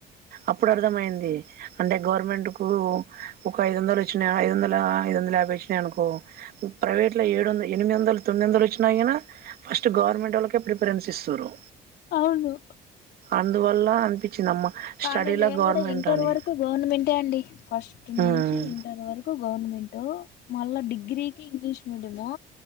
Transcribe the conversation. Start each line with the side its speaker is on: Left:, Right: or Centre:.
Right: అప్పుడు అర్థమైంది అంటే గవర్నమెంట్కు ఒక ఐదు వందలు వచ్చినా ఐదు వందల ఐదు వందల యాభై వచ్చినా అనుకో ప్రైవేట్లో ఏడు వందల ఎనిమిది వందలు తొమ్మిది వందలు వచ్చినా కానీ ఫస్ట్ గవర్నమెంట్ వాళ్ళకే ప్రిఫరెన్స్ ఇస్తారు
Left: అవును
Right: అందువల్ల అనిపించిందమ్మ
Left: కానీ
Right: స్టడీలో
Left: నేను
Right: గవర్నమెంట్
Left: కూడా ఇంటర్
Right: అని
Left: వరకు గవర్నమెంటే అండి ఫస్ట్ నుంచి
Right: ఉమ్
Left: ఇంటర్ వరకు కు గవర్నమెంట్ మళ్ళా డిగ్రీకి ఇంగ్లీష్ మీడియము